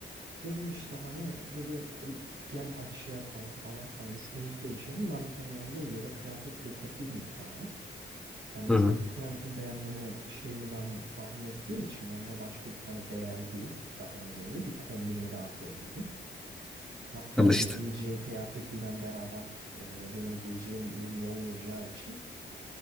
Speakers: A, on the right (about 80°); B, in the centre.
A: Dedim işte hani dedi "E, gel hadi şey yapalım falan. Hani üstümüzü değişelim. Ben hani yanında yedek kıyafet getirdiydim bir tane. Hani
B: Hı hı.
A: çünkü kıyafetin beğenmeme şeyini ben tahmin ettiğim için yanıma başka bir tane beğendiği daha önceleri bir kombinimi daha koyduydum. Ama kendi
B: <laughs> Alıştı.
A: giyeceği kıyafetiyle beraber e, benim giyeceğim uyumlu olmayacağı için